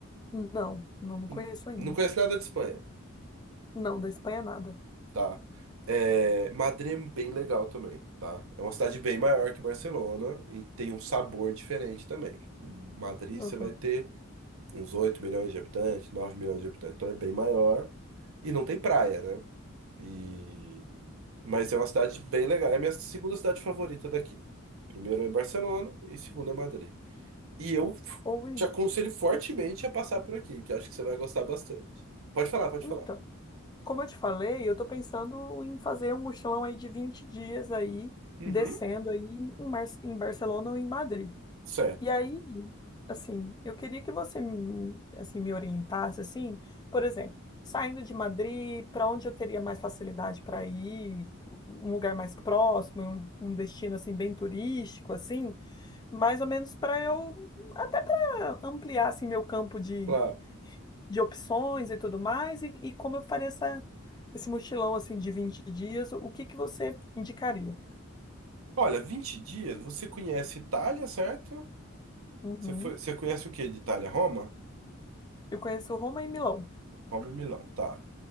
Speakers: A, on the left; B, on the right.
A: Não, não, não
B: Em-
A: conheço ainda.
B: Não conhece nada de Espanha.
A: Não, da Espanha nada.
B: Tá. É, Madrid é bem legal também, tá? É uma cidade bem maior que Barcelona e tem um sabor diferente também. Madrid
A: Uhum.
B: você vai ter uns 8 milhões de habitantes, 9 milhões de habitantes, então é bem maior e não tem praia, né? E... Mas é uma cidade bem legal. É a minha segunda cidade favorita daqui. Primeiro é Barcelona e segundo é Madrid. E eu f-
A: Ou e-
B: te aconselho fortemente a passar por aqui, que eu acho que você vai gostar bastante. Pode falar, pode
A: então,
B: falar.
A: como eu te falei, eu tô pensando em fazer um mochilão aí de 20 dias aí,
B: Uhum.
A: descendo aí em, Mar- em Barcelona ou em Madrid.
B: Certo,
A: E aí, assim, eu queria que você me, assim, me orientasse, assim, por exemplo, saindo de Madrid, para onde eu teria mais facilidade para ir, um lugar mais próximo, um, um destino assim bem turístico, assim, mais ou menos para eu até para ampliar assim meu campo de,
B: claro.
A: de opções e tudo mais, e, e como eu faria essa, esse mochilão assim de 20 dias, o que que você indicaria?
B: Olha, 20 dias, você conhece Itália, certo?
A: Uhum.
B: Você foi, você conhece o que de Itália? Roma?
A: Eu conheço Roma e Milão.
B: Roma e Milão, tá.